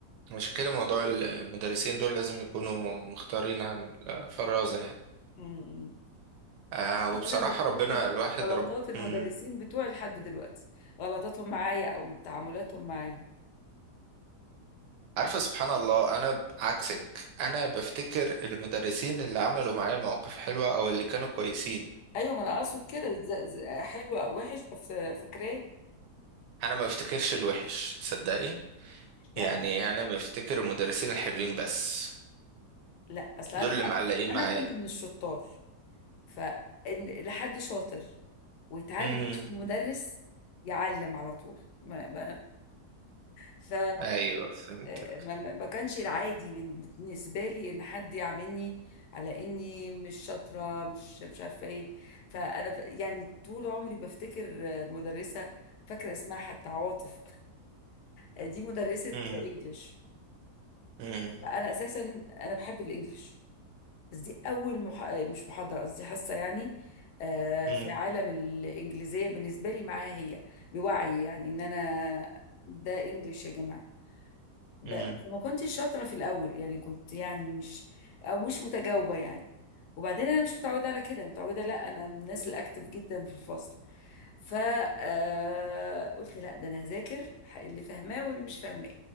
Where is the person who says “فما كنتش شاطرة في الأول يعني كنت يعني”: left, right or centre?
Left